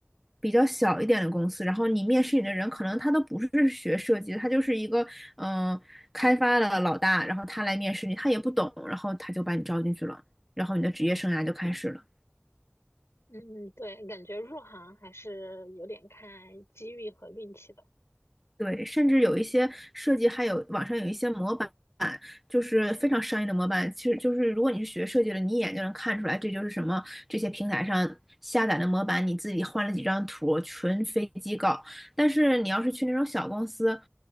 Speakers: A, in the centre; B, on the left (about 80°).
A: 比较小一点的公司，然后你面试你的人可能他都不是学设计的，他就是一个嗯、呃开发的老大，然后他来面试你，他也不懂，然后他就把你招进去了，然后你的职业生涯就开始了。
B: 嗯，对，感觉入行还是有点看机遇和运气的。
A: 对，甚至有一些设计，还有网上有一些模板，就是非常商业的模板。其实就是如果你是学设计的，你一眼就能看出来，这就是什么这些平台上下载的模板，你自己换了几张图，纯飞机稿。但是你要是去那种小公司，